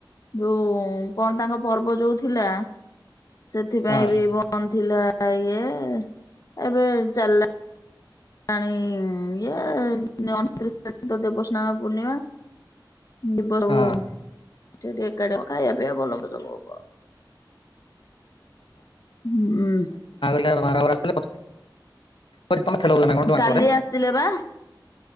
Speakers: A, on the left; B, on the left.
A: ଯୋଉ କଣ ତାଙ୍କ ପର୍ବ ଯୋଉ ଥିଲା। ସେଥିପାଇଁ
B: ହଁ
A: ବି ବନ୍ଦ ଥିଲା ଇଏ ଏବେ ଚାଲିଲା। ଣି ଇଏ ଅଣତିରିଶ ତାରିଖ ତ ଦେବସ୍ନାନ ପୂର୍ଣ୍ଣିମା। ଡିବ ସବୁ।
B: ହଁ।
A: ଯଦି ଏକାଟିଆ କ ଖାଇବା ପିଆ ଭଲ ମନ୍ଦ ସବୁ ହବ। ହୁଁ।
B: <unintelligible> ତମ ଆଡ଼େ ଆଗରୁ ଆସିଥିଲେ ପ ପଛେ ତମେ ଥିଲ ବଧେ ନା କଣ ଯଉ ଆଙ୍କ
A: କାଲି
B: ଘରେ।
A: ଆସିଥିଲେ ବା